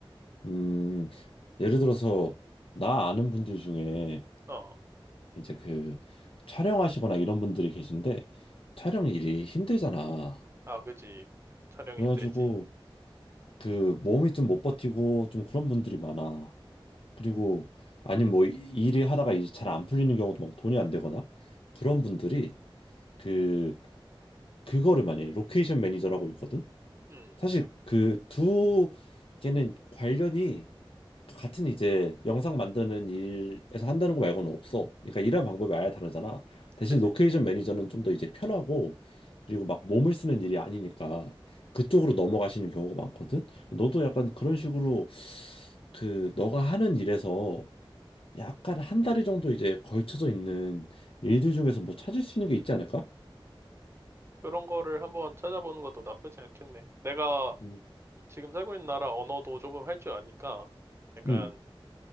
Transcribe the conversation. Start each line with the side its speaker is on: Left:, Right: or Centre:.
Left: 음. 예를 들어서 나 아는 분들 중에
Right: 어,
Left: 이제 그 촬영하시거나 이런 분들이 계신데 촬영 일이 힘들잖아.
Right: 아, 그지. 촬영이
Left: 그래가지고
Right: 힘들지.
Left: 그 몸이 좀 못 버티고 좀 그런 분들이 많아. 그리고 아니면 뭐 이- 일이 하다가 이제 잘 안 풀리는 경우도 막 돈이 안 되거나 그런 분들이 그 그거를 많이 해요. 로케이션 매니저라고 있거든.
Right: 음,
Left: 사실 그 두 개는 관련이 같은 이제 영상 만드는 일에서 한다는 거 말고는 없어. 그러니까 일하는 방법이 아예 다르잖아. 대신
Right: 그지.
Left: 로케이션 매니저는 좀 더 이제 편하고 그리고 막 몸을 쓰는 일이 아니니까 그쪽으로 넘어가시는 경우가 많거든. 너도 약간 그런 식으로 그 너가 하는 일에서 약간 한 다리 정도 이제 걸쳐져 있는 일들 중에서 뭐 찾을 수 있는 게 있지 않을까?
Right: 그런 거를 한번 찾아보는 것도 나쁘지 않겠네. 내가
Left: 음,
Right: 지금 살고 있는 나라 언어도 조금 할 줄 아니까 약간
Left: 음,